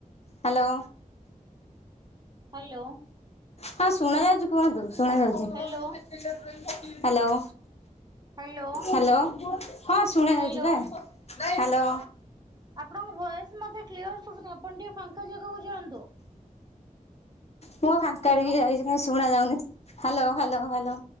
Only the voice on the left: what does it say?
Hello.
ହଁ ଶୁଣା ଯାଉଛି କୁହନ୍ତୁ ଶୁଣା ଯାଉଛି।
Hello.
hello ହଁ ଶୁଣା
ଯାଉଛି ବା। ହ୍ୟାଲୋ।
ମୁଁ ଫାଙ୍କା
ଆଡ଼ିକି ଯାଇଛି କଣ ଶୁଣା ଯାଉନି ହ୍ୟାଲୋ ହ୍ୟାଲୋ ହ୍ୟାଲୋ।